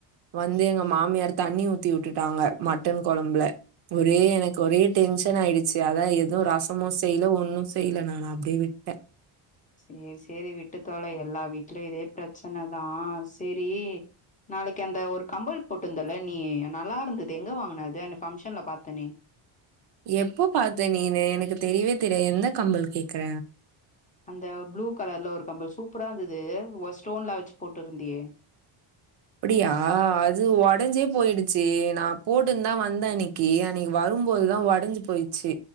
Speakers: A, on the right; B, on the left.
A: வந்து எங்க மாமியார் தண்ணி ஊத்தி விட்டுட்டாங்க மட்டன் குழம்ல ஒரே எனக்கு ஒரே டென்ஷன் ஆயிடுச்சு அதா எதுவு ரசமு செய்ல ஒண்ணு செய்ல நா அப்டியே விட்டே
B: சேர் சேரி விட்டு தொல எல்லா வீட்லயு இதே பிரச்சனதா சேரி நாளைக்கு அந்த ஒரு கம்பல் போட்ருந்தல்ல நீ நல்லா இருந்தது எங்க வாங்னது அது ஃபங்க்ஷன்ல பாத்தனே
A: எப்ப பாத்த நீனு எனக்கு தெரியவே தெரிய எந்த கம்பல் கேக்ற
B: அந்த ப்ளூ கலர்ல ஒரு கம்பல் சூப்பரா இருந்தது ஒரு ஸ்டோன்ல வச்சு போட்ருந்தியே
A: அப்டியா அது உடஞ்சே போயிடுச்சு நா போட்டுந்தா வந்தேனக் கி அன்னைக்கி வரும்போதுதா உடஞ்சு போயிச்சு